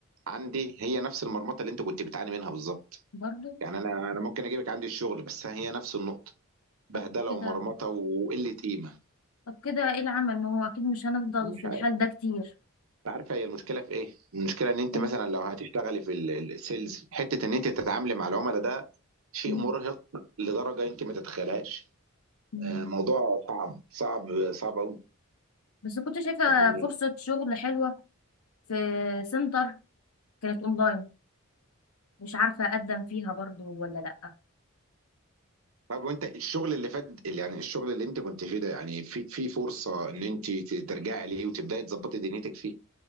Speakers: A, on the right; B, on the left.
A: عندي هي نفس المرمطه اللي انت كنت بتعاني منها بالظبط
B: برضه
A: يعني انا انا ممكن اجيبك عندي الشغل بس هي نفس النقطه بهدله
B: طب كده
A: ومرمطه وقله قيمه
B: طب كده ايه العمل ما هو اكيد مش هنفضل
A: مش
B: في الحال
A: عارف
B: ده كتير
A: أنت عارفه هي المشكله في ايه المشكله ان انت
B: ايه
A: مثلا لو هتشتغلي في ال- السيلز حته ان انت تتعاملي مع العملاء ده شيء
B: م-
A: مرهق لدرجه انت ما تتخيلهاش
B: م.
A: آه، موضوع صعب صعب صعب
B: بس كنت شايفه
A: قوي
B: فرصه شغل حلوه في سنتر كانت اونلاين مش عارفة أقدم فيها برضو ولا لأ
A: طب وانت الشغل اللي فات اللي يعني الشغل اللي انت كنت فيه ده يعني في في فرصة ان انت ت- ترجعي ليه وتبداي تظبطي دنيتك فيه